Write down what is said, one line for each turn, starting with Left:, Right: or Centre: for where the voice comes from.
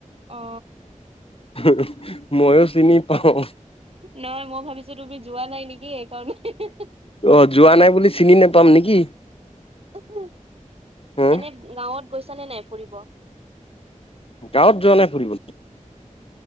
Right: অ
Left: <unintelligible> ময়ো চিনি পাওঁ।
Right: নহয় মই ভাবিছোঁ তুমি যোৱা নাই নেকি? সেইকাৰণে।
Left: অ' যোৱা নাই বুলি চিনি নোপাম নিকি?
Right: এনেই
Left: হম,
Right: গাঁৱত গৈছ নে নাই ফুৰিব?
Left: গাঁৱত যোৱা নাই ফুৰিবলে।